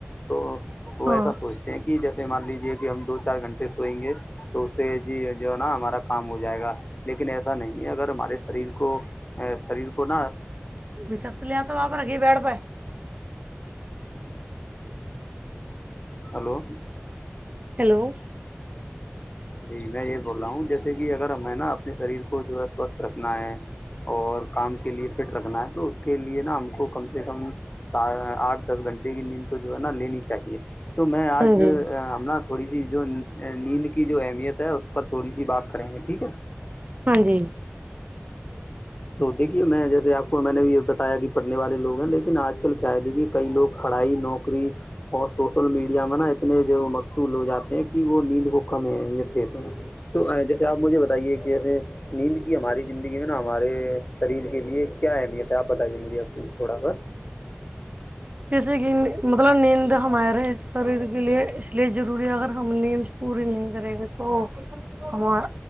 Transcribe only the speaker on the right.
ہاں
بتر لے آ تو بپ رہا گی بیڈ پائے
ہیلو
ہاں جی
ہاں جی
جیسے کہ مطلب نیند ہمارے شریر کے لیے اس لیے ضروری ہے اگر ہم نیند پوری نہیں کریں گے تو ہمار